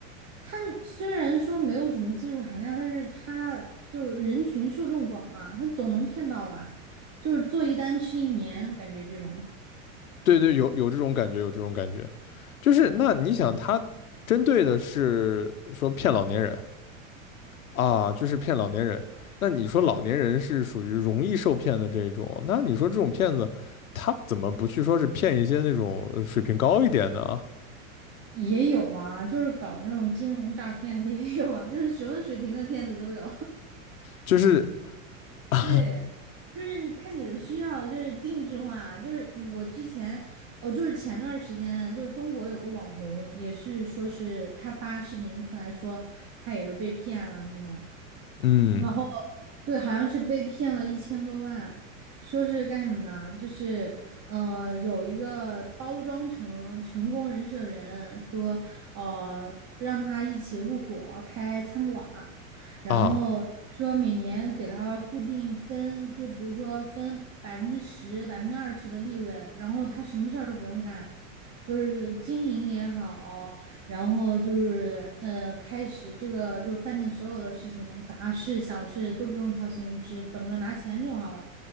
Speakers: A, on the right; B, on the left.
A: 他虽然说没有什么技术含量，但是他就是人群受众广啊，他总能骗到吧？就是做一单吃一年，感觉这种
B: 对对，有有这种感觉，有这种感觉，就是那你想他针对的是说骗老年人，啊，就是骗老年人。那你说老年人是属于容易受骗的这一种，那你说这种骗子，他怎么不去说是骗一些那种呃水平高一点的啊？
A: 也有啊，就是搞那种金融诈骗的 <laughs> 也有啊，就是什么水平的骗子都有。
B: 就是，
A: <laughs>
B: <laughs>
A: 对，就是你看你的需要，就是定制化，就是你我之前哦，就是前段时间，就是中国有个网红，也是说是他发视频出来说他也是被骗了什么的，
B: 嗯
A: 然后对，好像是被骗了一千多万，说是干什么呢？就是嗯，有一个包装成成功人士的人说，呃，让他一起入伙开餐馆儿，然后说每年给他固定分，
B: 啊
A: 就比如说分百分之十、百分之二十的利润，然后他什么事儿都不用干，就是经营也好，然后就是呃，开始这个就是饭店所有的事情，杂事小事都不用操心，只等着拿钱就好了。